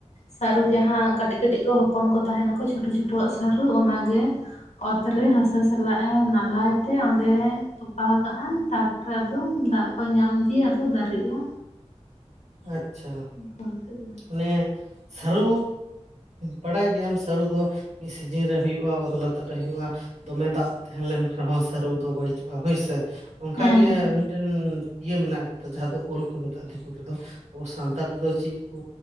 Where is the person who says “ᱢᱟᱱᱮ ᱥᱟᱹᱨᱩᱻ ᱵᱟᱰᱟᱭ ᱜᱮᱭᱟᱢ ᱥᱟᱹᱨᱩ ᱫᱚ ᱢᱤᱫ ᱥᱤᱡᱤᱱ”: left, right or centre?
Right